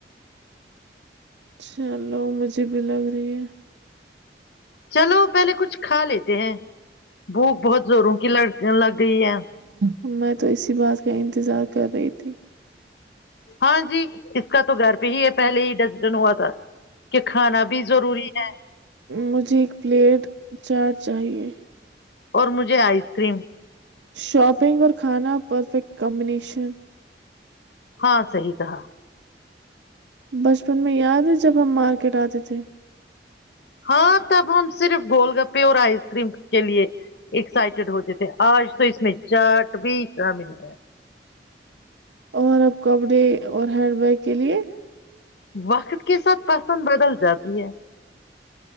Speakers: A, on the right (about 85°); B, on the left (about 70°).
A: چلو مجھے بھی لگ رہی ہے
B: چلو پہلے کچھ کھا لیتے ہیں بھوک بہت زوروں کی لڑک لگ گئی ہے
A: ہ میں تو اسی بات کا انتظار کر رہی تھی
B: ہاں جی اس کا تو گھر پہ ہی ہے پہلے ہی ڈ جن ہوا تھا کہ کھانا بھی ضروری ہے
A: مجھے ایک پلیٹ چار چاہیے
B: اور مجھے آئس کریم
A: شاپنگ اور کھانا پرفیکٹ کمبینیشن
B: ہاں صحی کہا
A: بچپن میں یاد ہے جب ہم مارکیٹ آتے تھے
B: ہاں تب ہم صرف گول گپے اور آئس کریم کے لیے ایکسائٹیڈ ہوتے تھے آج تو اس میں چاٹ بھی شامل ہے
A: اور اب کپڑے اور ہینڈ بیگ کے لیے
B: وقت کے ساتھ پسند بدل جاتی ہے